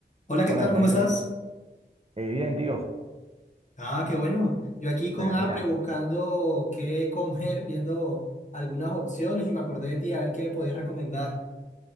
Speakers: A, on the left; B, on the right.
A: Hola, ¿qué
B: Hola
A: tal?
B: Efraín,
A: ¿Cómo estás?
B: ¿qué tal? Eh, bien, tío,
A: Ah, qué bueno. Yo aquí con
B: pero
A: hambre
B: mira,
A: buscando qué comer, viendo algunas opciones y me acordé de ti a ver qué me podías recomendar.